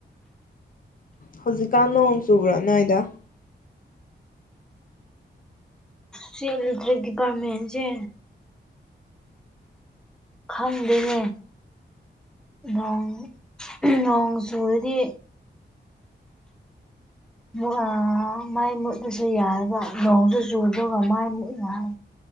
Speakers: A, on the left; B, in the centre.
A: ꯍꯧꯖꯤꯛꯀꯥꯟ ꯅꯣꯡ ꯆꯨꯕ꯭ꯔꯥ ꯅꯣꯏꯗ
B: ꯁꯤ ꯏꯂꯛꯇꯛ ꯗꯤꯄꯥꯔꯃꯦꯟꯁꯦ ꯈꯪꯗꯦꯅꯦ ꯅꯣꯡ ꯅꯣꯡ ꯆꯨꯨꯔꯗꯤ <unintelligible> ꯃꯥꯏ ꯃꯨꯠꯂꯁꯨ ꯌꯥꯔꯒ ꯅꯣꯡꯁꯨ ꯆꯨꯗꯒ ꯃꯥꯏ ꯃꯨꯠꯂ ꯍꯥꯏ